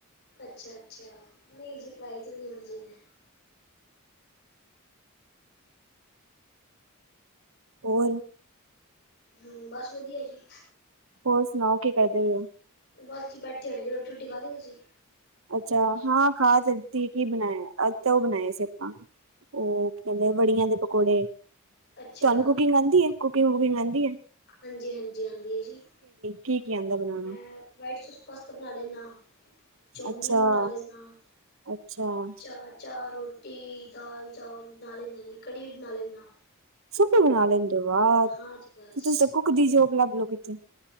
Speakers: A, on the left; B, on the right.
A: ਅੱਛਾ ਅੱਛਾ, ਨਹੀਂ ਜੀ ਪੜ੍ਹਾਈ ਚ ਵੀ ਹੋਣਾ ਚਾਹੀਦਾ।
B: ਹੋਰ
A: ਹੂੰ, ਬਸ ਵਧੀਆ ਜੀ।
B: ਹੋਰ ਸੁਣਾਓ ਕੀ ਕਰਦੇ ਪਏ ਓ।
A: ਬਸ ਜੀ ਬੈਠੇ ਹੋਏ ਜੀ ਰੋਟੀ ਰੂਟੀ ਖਾਲੀ ਤੁਸੀਂ?
B: ਅੱਛਾ ਹਾਂ ਖਾ ਤੇ ਲਿਤੀ ਏ ਕਿ ਬਣਾਇਆ ਅੱਜ ਤਾਂ ਓ ਬਣਾਏ ਸੀ ਆਪਾਂ। ਉਹ ਕੀ ਕਹਿੰਦੇ ਬੜੀਆਂ ਦੇ ਪਕੌੜੇ
A: ਅੱਛਾ
B: ਤੁਹਾਨੂੰ ਕੁਕਿੰਗ ਆਂਦੀ ਐ ਕੁਕਿੰਗ ਵੁਕਿੰਗ ਆਂਦੀ ਏ।
A: ਹਾਂਜੀ ਹਾਂਜੀ, ਆਂਦੀ ਐ ਜੀ
B: ਕੀ ਕੀ ਆਂਦਾ ਬਣਾਣਾ
A: ਮੈਂ ਵਾਈਟ ਸੋਸ ਪਾਸਤਾ ਬਣਾ ਲੈਨਾ। ਚੌਮੀਨ
B: ਅੱਛਾ,
A: ਬਣਾ ਲੈਨਾ
B: ਅੱਛਾ
A: ਚਾਹ ਚਾਹ ਰੋ ਟੀ, ਦਾਲ ਚਾਵਲ ਬਣਾ ਲੈਨਾ ਜੀ ਕੜੀ ਵੀ ਬਣਾ ਲੈਨਾ।
B: ਸਭ ਕੁਛ ਬਣਾ ਲੈਂਦੇ ਓ ਵਾਹ ਤੇ
A: ਹਾਂ ਜੀ ਬਸ
B: ਤੁਸੀਂ ਤਾਂ ਕੁੱਕ ਦੀ ਜੋਬ ਲੱਭਲੋ ਕਿੱਥੇ।